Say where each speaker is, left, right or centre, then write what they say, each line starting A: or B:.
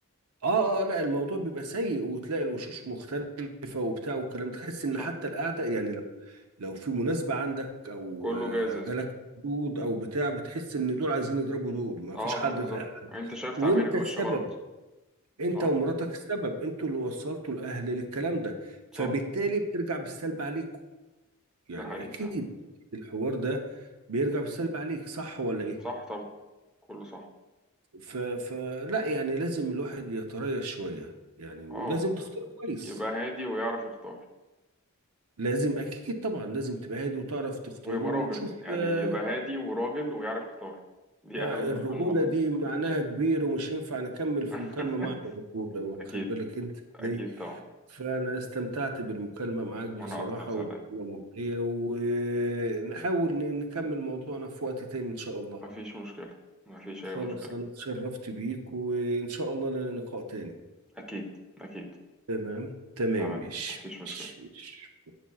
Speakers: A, on the right; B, in the centre.
A: اه آه، لا الموضوع بيبقى سيء وتلاقي الوشوش مختلفة وبتاع والكلام تحس ان
B: صح
A: حتى القعدة يعني لو لو في مناسبة عندك او
B: كله
A: آه،
B: جاهز
A: جالك مولود او بتاع بتحس ان دول عايزين يضربوا دول ما
B: اه
A: فيش حد
B: آه، بالظبط
A: فاهم
B: يعني انت شايف
A: وانت
B: تعبير الوش
A: السبب
B: غلط
A: انت
B: اه
A: ومراتك السبب انتوا اللي وصلتوا الاهل للكلام ده
B: صح
A: فبالتالي بترجع بالسلب عليكم يعني
B: ده حقيقي
A: اكيد
B: فعلا
A: الحوار ده بيرجع بالسلب عليك صح ولا ايه
B: صح طبعا كله صح
A: ف... فلا يعني لازم الواحد يتريث شوية يعني ولازم
B: اه
A: تختار كويس
B: يبقى هادي ويعرف يختار
A: لازم اكيد طبعا لازم تبقى هادي وتعرف تختاره
B: ويبقى
A: وتشوف
B: راجل يعني
A: آه،
B: يبقى هادي وراجل ويعرف يختار دي
A: ما
B: اهم
A: الرجوله
B: في الموضوع
A: دي معناها كبير ومش ينفع نكمل في
B: <laughs>
A: مكالمه مع الرجوله واخد
B: اكيد
A: بالك انت
B: اكيد
A: ازاي
B: طبعا
A: فانا استمتعت بالمكالمه معاك بصراحه
B: وانا اكتر صدقني
A: ومكالمه مجديه ونحاول ن- نكمل موضوعنا في وقت تاني ان شاء الله
B: مفيش مشكلة مفيش اي
A: خلاص
B: مشكلة
A: انا اتشرفت بيك وان شاء الله لنا لقاء تاني
B: اكيد اكيد
A: تمام تمام
B: تمام
A: مش
B: مفيش مشكلة
A: مش مش